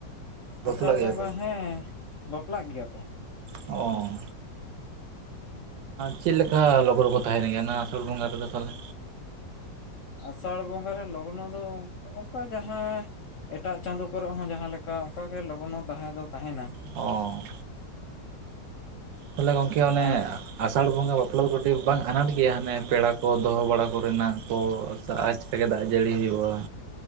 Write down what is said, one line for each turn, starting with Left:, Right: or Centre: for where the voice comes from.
Right: ᱵᱟᱯᱞᱟᱜ
Left: ᱟᱸᱥᱟᱲ
Right: ᱜᱮᱭᱟ
Left: ᱵᱚᱸᱜᱟ
Right: ᱠᱚ?
Left: ᱦᱮᱸ ᱵᱟᱯᱞᱟᱜ ᱜᱮᱭᱟ ᱠᱚ᱾
Right: ᱚ ᱪᱮᱜ ᱞᱮᱠᱟ ᱞᱚᱜᱱᱚ ᱠᱚ ᱛᱟᱦᱮᱱ ᱜᱮᱭᱟ, ᱚᱱᱟ ᱟᱥᱟᱲ ᱵᱚᱸᱜᱟ ᱨᱮᱫᱚ ᱛᱟᱦᱚᱞᱮ?
Left: ᱟᱸᱥᱟᱲ ᱵᱚᱸᱜᱟ ᱨᱮ ᱞᱚᱜᱱᱚ ᱫᱚ ᱚᱱᱠᱟ ᱡᱟᱦᱟᱸ ᱮᱴᱟᱜ ᱪᱟᱸᱫᱳ ᱠᱚᱨᱮ ᱦᱚᱸ ᱡᱟᱦᱟᱸ ᱞᱮᱠᱟ, ᱚᱱᱠᱟ ᱜᱮ ᱞᱚᱜᱱᱚ ᱛᱟᱦᱮᱸ ᱫᱚ ᱛᱟᱦᱮᱱᱟ᱾
Right: ᱚ ᱛᱟᱦᱚᱞᱮ ᱜᱚᱝᱠᱮ ᱚᱱᱮ
Left: ᱟᱨ
Right: ᱟᱸᱥᱟᱲ ᱵᱚᱸᱜᱟ ᱵᱟᱯᱞᱟ ᱫᱚ ᱠᱟᱹᱴᱤᱡ ᱵᱟᱝ ᱟᱱᱟᱴ ᱜᱮᱭᱟ, ᱦᱟᱱᱮ ᱯᱮᱲᱟ ᱠᱚ ᱫᱚᱦᱚ ᱵᱟᱲᱟ ᱠᱚᱨᱮᱱᱟᱜ ᱠᱚ ᱛᱮᱜᱮ ᱫᱟᱜ ᱡᱟᱹᱲᱤ ᱦᱩᱭᱩᱜᱼᱟ᱾